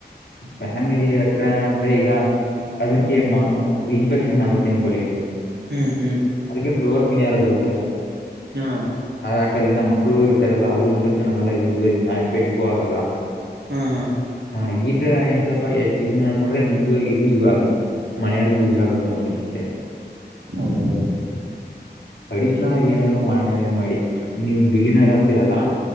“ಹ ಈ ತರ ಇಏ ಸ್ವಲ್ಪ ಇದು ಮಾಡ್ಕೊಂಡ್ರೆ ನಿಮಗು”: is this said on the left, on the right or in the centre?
Left